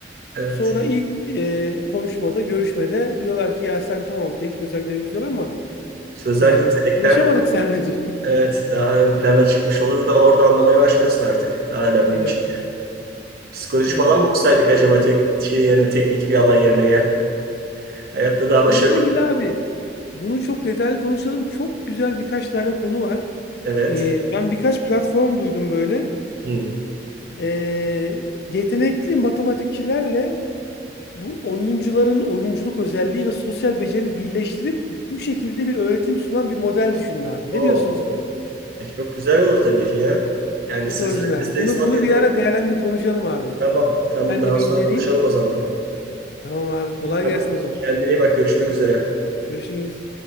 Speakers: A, on the right; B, on the left.
A: Evet.
B: Sonra ilk e, konuşmada, görüşmede diyorlar ki ya sen tamam teknik özelliklerin güzel ama
A: Sözel
B: yani
A: yetenekler
B: anlaşamadık seninle diyor.
A: evet daha ön plana çıkmış olur da orada anlamaya başlıyorsun artık. Daha önemliymiş
B: <laughs> Evet,
A: diye. Psikoloji
B: evet,
A: falan
B: evet.
A: mı okusaydık acaba tek şey yani teknik bir alan yerine ya. <laughs> Hayatta daha başarılı.
B: Bununla ilgili abi bunu çok detaylı konuşalım. Çok güzel birkaç tane konu var.
A: Evet.
B: E, ben birkaç platform duydum böyle.
A: Hmm.
B: Ee, yetenekli matematikçilerle bu oyuncuların oyunculuk özelliği ve sosyal becerini birleştirip bu şekilde bir öğretim sunan bir model düşünün abi.
A: Oo.
B: Ne diyorsunuz buna?
A: E, çok güzel olur tabii ki ya. Yani
B: Çok
A: sözel
B: orijinal.
A: ve sayısal
B: Bunu bunu
A: yetenek.
B: bir ara değerlendir konuşalım abi.
A: Tamam. Tamam
B: Ben
A: daha
B: de bir
A: sonra
B: inceleyeyim.
A: konuşalım o zaman.
B: Tamam abi kolay
A: Tamam.
B: gelsin o zaman.
A: Kendine iyi bak. Görüşmek üzere.
B: Görüşürüz.